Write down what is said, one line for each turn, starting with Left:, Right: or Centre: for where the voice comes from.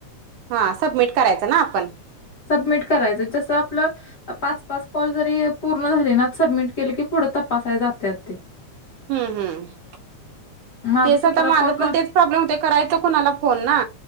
Right: हा सबमिट करायचं ना आपण.
Left: सबमिट करायचं जसं आपलं पाच, पाच कॉल जरी पूर्ण झाले ना सबमिट केले की पुढं तपासायला जात्यात ते.
Right: हम्म, हम्म.
Left: माझं
Right: तेच
Left: सतरा
Right: आता माझ
Left: कॉल
Right: पण
Left: क
Right: तेच प्रॉब्लेम होते करायच कोणाला फोन ना